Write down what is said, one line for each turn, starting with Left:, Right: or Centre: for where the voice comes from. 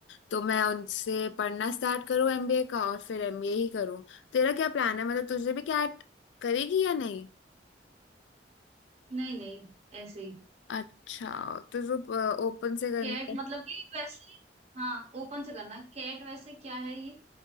Left: तो मैं उनसे पढ़ना स्टार्ट करूँ एमबीए का और फिर एमबीए ही करूँ तेरा क्या प्लान है मतलब तुझे भी क्या करेगी या नहीं
Right: नहीं नहीं ऐसे ही
Left: अच्छा तो जो ओपन से करने
Right: कैट मतलब कि वैसे हाँ ओपन से करना कैट वैसे क्या है ये